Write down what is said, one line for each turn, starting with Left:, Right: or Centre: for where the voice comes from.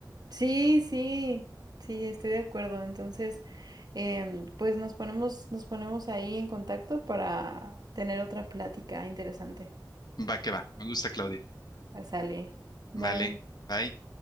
Right: Sí, sí, sí, estoy de acuerdo. Entonces, em, pues nos ponemos, nos ponemos ahí en contacto para tener otra plática interesante.
Left: Va que va. Me gusta, Claudia.
Right: Sale. Bye.
Left: Vale. Bye.